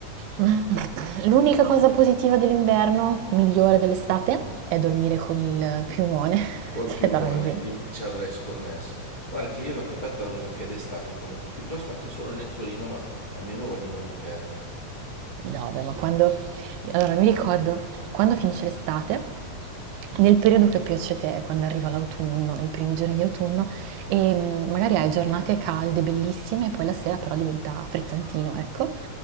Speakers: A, on the right (about 85°); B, on the left (about 55°).
A: <laughs> L'unica cosa positiva dell'inverno, migliore dell'estate, è dormire con il piumone,
B: Col
A: <laughs>
B: piumone
A: che dormi bene.
B: im- ci avrei scommesso. Guarda che io la coperta la uso anche d'estate comunque, piuttosto anche solo un lenzuolino, ma almeno voglio una coperta.
A: No, beh, ma quando... Allora, mi ricordo quando finisce l'estate, nel periodo che piace a te, quando arriva l'autunno, i primi giorni di autunno, e mm, magari hai giornate calde, bellissime, e poi la sera però diventa frizzantino, ecco.